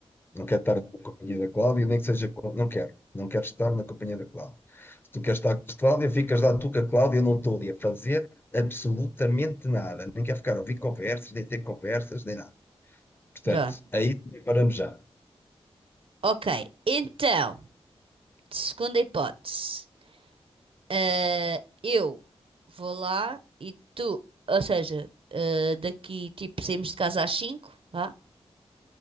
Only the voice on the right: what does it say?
Pronto.
Ok, então, segunda hipótese. Ah, eu vou lá e tu, ou seja, ah, daqui tipo saímos de casa às 5 vá.